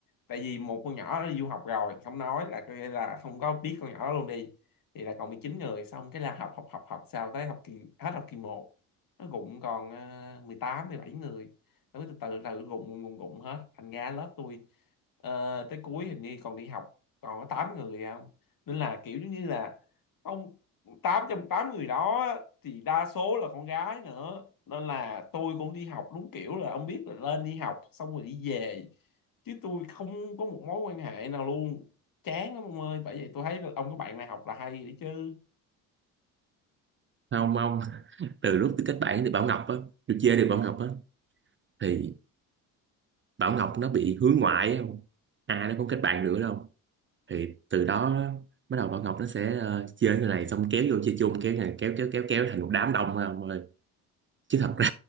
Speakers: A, on the left (about 50°); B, on the right (about 30°).
A: tại vì một con nhỏ nó đi du học rồi không nói là có nghĩa là không có biết con nhỏ đó luôn đi thì là còn 19 người xong cái là học học học học sao tới học kỳ hết học kỳ một nó gụng còn ờ, 18 17 người nó cứ từ từ từ gụng gụng gụng gụng hết thành ra lớp tôi ờ, tới cuối hình như còn đi học còn có 8 người à không nên là kiểu giống như là ông 8 trong 8 người đó thì đa số là con gái nữa nên là tôi cũng đi học đúng kiểu là ông biết là lên đi học xong rồi đi về chứ tôi không có một mối quan hệ nào luôn chán lắm ông ơi bởi vậy tôi thấy là ông có bạn này học là hay đấy chứ
B: không ông <laughs> từ lúc tôi kết bạn thì Bảo Ngọc á tôi chơi được Bảo Ngọc á thì Bảo Ngọc nó bị hướng ngoại á ai nó cũng kết bạn nữa đâu thì từ đó bắt đầu Bảo Ngọc nó sẽ ờ, chơi người này xong kéo vô chơi chung kéo này kéo kéo kéo kéo thành một đám đông không ơi chứ thật ra